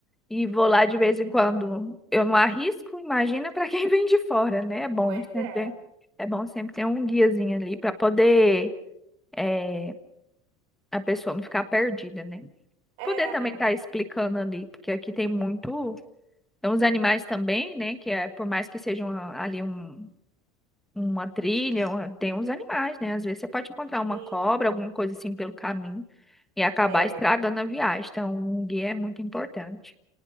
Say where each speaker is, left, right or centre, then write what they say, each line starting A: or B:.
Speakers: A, in the centre; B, on the right (about 75°).
A: e vou lá de vez em quando, eu não arrisco, imagina para quem <laughs> vem de fora, né? É bom
B: Pois
A: sempre
B: é.
A: ter, é bom sempre ter um guiazinho ali para poder é, a pessoa não ficar perdida, né?
B: É,
A: Poder também
B: né?
A: estar explicando ali, porque aqui tem muito, tem uns animais também, né? Que é, por mais que seja uma- ali um, uma trilha, uma- tem uns animais, né? Às vezes você pode encontrar uma
B: Sim.
A: cobra, alguma coisa assim pelo caminho e acabar
B: É.
A: estragando a viagem. Então, um guia é muito importante